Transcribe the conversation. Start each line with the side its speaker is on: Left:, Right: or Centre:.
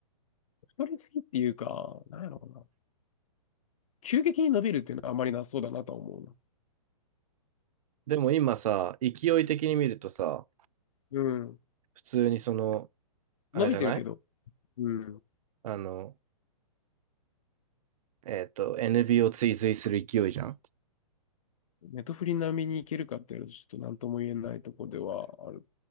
Left: 太りすぎっていうか、なんやろうな。急激に伸びるっていうのはあまりなさそうだなとは思うな。
Right: でも今さ、勢い的に見るとさ、
Left: うん。
Right: 普通にその、あれじゃない
Left: 伸びてるけど、うん。
Right: あの、えっと、NB を追随する勢いじゃん
Left: ネトフリ並みにいけるかっていうと、ちょっと何とも言えないとこではある